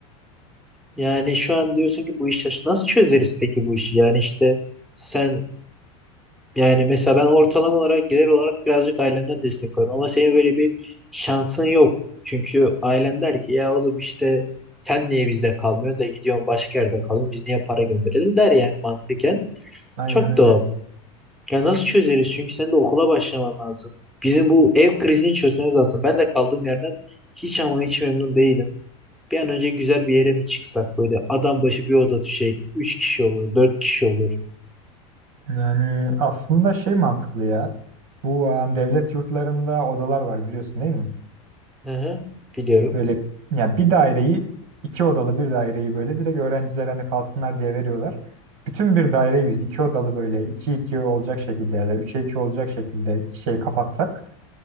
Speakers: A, in the centre; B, on the right (about 70°).
A: Yani şu an diyorsun ki bu işi nasıl çözeriz peki bu işi? Yani işte sen Yani mesela ben ortalama olarak gelir olarak birazcık ailemden destek alırım. Ama senin böyle bir şansın yok. Çünkü ailen der ki ya oğlum işte sen niye bizde kalmıyorsun da gidiyorsun başka yerde kalıyorsun. Biz niye para gönderelim der yani mantıken.
B: Aynen
A: Çok
B: öyle.
A: doğal. Ya nasıl çözeriz? Çünkü senin de okula başlaman lazım. Bizim bu ev krizini çözmemiz lazım. Ben de kaldığım yerden hiç ama hiç memnun değilim. Bir an önce güzel bir yere mi çıksak böyle adam başı bir oda düşecek. Üç kişi olur, dört kişi olur.
B: Yani aslında şey mantıklı ya. Bu em, devlet yurtlarında odalar var biliyorsun değil mi?
A: Hı hı, biliyorum.
B: Böyle ya bir daireyi iki odalı bir daireyi böyle direkt öğrenciler hani kalsınlar diye veriyorlar. Bütün bir daireyi biz iki odalı böyle iki iki olacak şekilde ya da üçe iki olacak şekilde şey kapatsak